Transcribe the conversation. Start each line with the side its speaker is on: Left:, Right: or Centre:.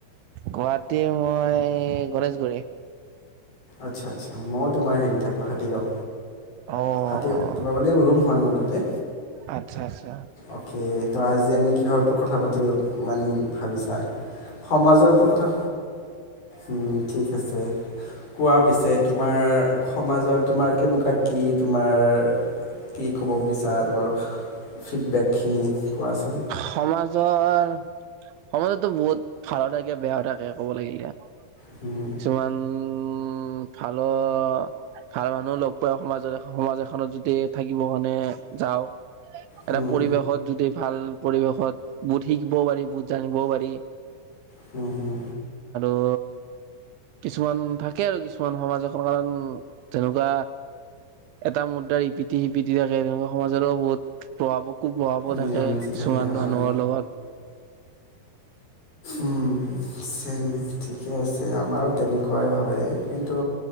Right: গুৱাহাটীৰ মই গণেশগুৰি।
Left: আচ্ছা আচ্ছা মইও তোমাৰ হেৰিত থাকো হাতীগাঁও।
Right: অ',
Left: হাতীগাওঁ তোমাৰ মানে ৰুম হয় মোৰ তাতে।
Right: আচ্ছা আচ্ছা
Left: অকে ত আজি আমি কিহৰ ওপৰত কথা পাতিব মানে ভাবিছা? সমাজৰ ওপৰত কথা উম ঠিক আছে। কোৱা পিছে তোমাৰ সমাজত তোমাৰ কেনেকুৱা কি তোমাৰ কি ক'ব বিচাৰা তুমি? তোমাৰ ফিডবেকখিনি কোৱাচোন
Right: সমাজৰ সমাজতটো বহুত ভাল থাকে, বেয়াও থাকে ক'ব লাগিলে
Left: হুম,
Right: কিছুমান ফালৰ ভাল মানুহো লগ পায় সমাজত। সমাজ এখনত যদি থাকিব কাৰণে যাও এটা
Left: হুম,
Right: পৰিৱেশত যদি ভাল পৰিৱেশত বহুত শিকিবও পাৰি, বহুত জানিবও পাৰি।
Left: হম, হম।
Right: অ' কিছুমান থাকে, আৰু কিছুমান, সমাজ এখন, কাৰণ তেনেকুৱা এটা মুদ্ৰাৰ ইপিঠি-সিপিঠি থাকে। তেনেকুৱা সমাজৰো বহুত প্ৰভাৱো কূ-প্ৰভাৱো থাকে
Left: নিয়ম নীতি
Right: কিছুমান
Left: থাকে হয়
Right: মানুহৰ লগত
Left: উম, চেম থি পিছে আমাৰো তেনেকুৱাই হয়, কিন্তু